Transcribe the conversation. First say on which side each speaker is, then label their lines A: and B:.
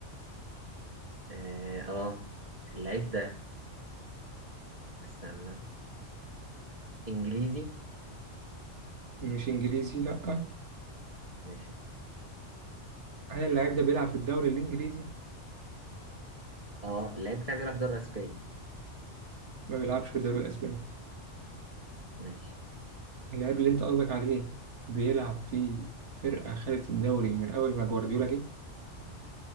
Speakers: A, on the right; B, on the right.
A: اه آه، اللعيب ده استنى انجليزي
B: مش انجليزي لا
A: ماشي
B: هل اللاعب ده بيلعب في الدوري الانجليزي
A: اه اللعيب بتاعي بيلعب دوري اسباني
B: ما بيلعبش في الدوري الاسباني
A: ماشي
B: اللاعب اللي انت قصدك عليه بيلعب في فرقه خدت الدوري من اول ما جوارديولا جه